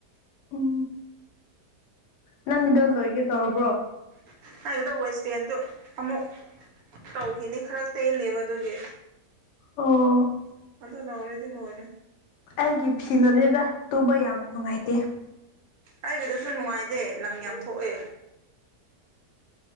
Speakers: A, on the left (about 85°); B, on the right (about 65°).
A: ꯎꯝ ꯅꯪꯒꯤꯗꯣ ꯂꯣꯏꯒꯦ ꯇꯧꯔꯕ꯭ꯔꯣ
B: <unintelligible> ꯋꯦꯁꯄꯦꯟꯗꯣ ꯑꯃꯨꯛ ꯇꯧꯈꯤꯅꯤ ꯈꯔ ꯇꯦꯟꯂꯤꯕ ꯑꯗꯨꯒꯤ
A: ꯑꯣ
B: ꯑꯗꯨ ꯂꯣꯏꯔꯗꯤ ꯂꯣꯏꯔꯦ
A: ꯑꯩꯒꯤ ꯐꯤꯅꯅꯦꯗ ꯇꯨꯕ ꯌꯥꯝ ꯅꯨꯡꯉꯥꯏꯇꯦ
B: ꯑꯩꯗꯨꯁꯨ ꯅꯨꯡꯉꯥꯏꯇꯦ ꯂꯪ ꯌꯥꯝ ꯊꯣꯛꯑꯦ